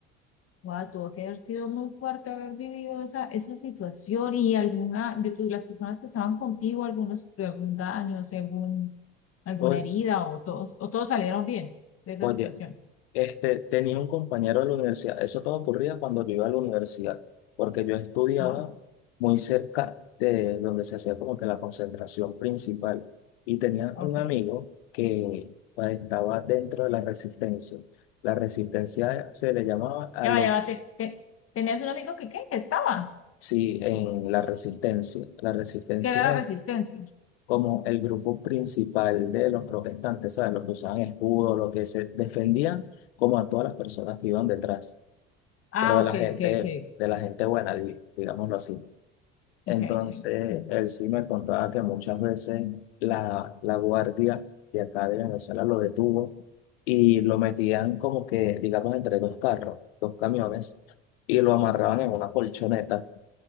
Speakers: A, on the left; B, on the left.
A: Wow, tuvo que haber sido muy fuerte haber vivido esa, esa situación y alguna de tus, las personas que estaban contigo, algunos sufrió algún daño, o sea, algún, alguna
B: Oy-
A: herida o todos, o todos salieron bien de esa
B: Oye,
A: situación.
B: este, tenía un compañero de la universidad. Eso todo ocurría cuando yo iba a la universidad, porque yo estudiaba
A: Ah,
B: muy cerca de donde se hacía como que la concentración principal. Y tenía
A: ok.
B: un amigo que pues, estaba dentro de la resistencia. La resistencia se le llamaba a
A: Ya
B: los
A: va, ya va, te- te- tenías un amigo que, ¿qué? Que estaba,
B: Sí, en la resistencia. La resistencia
A: que era la resistencia.
B: es como el grupo principal de los protestantes, ¿sabes? Los que usaban escudo, los que se defendían como a todas las personas que iban detrás,
A: Ah,
B: pero de
A: ok,
B: la gente,
A: ok, ok,
B: de la gente buena, di- digámoslo así.
A: ok,
B: Entonces,
A: ok. Ajá.
B: él sí me contaba que muchas veces la, la guardia de acá de Venezuela lo detuvo y lo metían como que, digamos, entre dos carros, dos camiones, y lo amarraban en una colchoneta